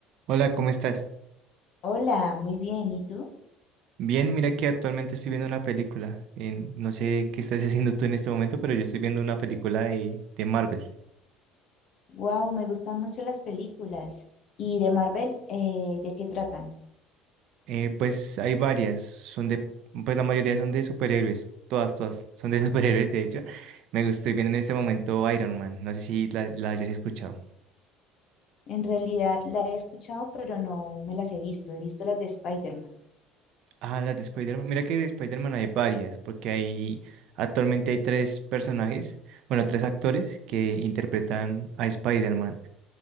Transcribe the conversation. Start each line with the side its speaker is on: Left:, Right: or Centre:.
Right: Hola, ¿cómo estás?
Left: Hola, muy bien. ¿Y tú?
Right: Bien, mira que actualmente estoy viendo una película. eh, no sé qué estás haciendo tú en este momento, pero yo estoy viendo una película de, de Marvel.
Left: Wow, me gustan mucho las películas. ¿Y de Marvel, eh, de qué tratan?
Right: Eh, pues hay varias, son de, pues la mayoría son de superhéroes, todas, todas son de <laughs> superhéroes, de hecho. Me estoy viendo en este momento Iron Man, no sé si la, la hayas escuchado.
Left: En realidad la he escuchado, pero no me las he visto. He visto las de Spider-Man.
Right: Ah, las de Spider-Man, mira que de Spider-Man hay varias, porque hay, actualmente hay tres personajes, bueno, tres actores que interpretan a Spider-Man.